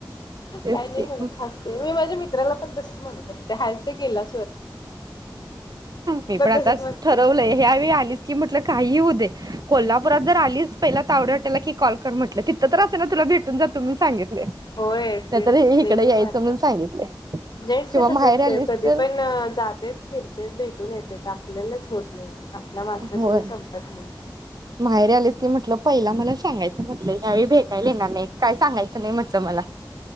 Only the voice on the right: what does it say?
तेच
की हम्म
मी पण आता
ठरवलंय ह्या वेळेस आलीस की म्हटलं काहीही होऊदे कोल्हापुरात जर आलीच पहिला तावडे हॉटेल की कॉल कर म्हटलं तिथं तर असे ना तुला भेटून जातो म्हणून सांगितलय
नाहीतर
इकडे
यायचं
म्हणून सांगितलय
किंवा माहेरी
आलीस
तर
होय
माहेरी आलीस की म्हटलं पहिला मला सांगायचं म्हटलं यावेळी भेटायला येणार नाही काय सांगायचं नाही म्हटलं मला